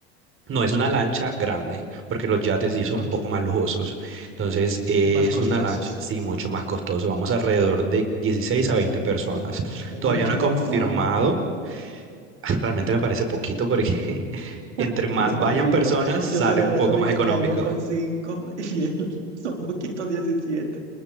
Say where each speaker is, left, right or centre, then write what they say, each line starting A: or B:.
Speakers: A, on the right; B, on the right.
A: No, es una lancha grande, porque los yates sí son
B: Ok.
A: un poco más lujosos. Entonces, es
B: Y más costosas.
A: una lancha, sí, mucho más costoso. Vamos alrededor de 16 a 20 personas.
B: Uy,
A: Todavía
B: qué
A: no he confirmado
B: montón.
A: <laughs> Realmente me parece poquito porque <laughs> entre
B: <laughs>
A: más
B: Qué poquito.
A: vayan personas, sale
B: Yo celebrando
A: un poco
B: mi
A: más
B: cumpleaños
A: económico.
B: con
A: <laughs>
B: cinco y él <laughs> son poquitos 17.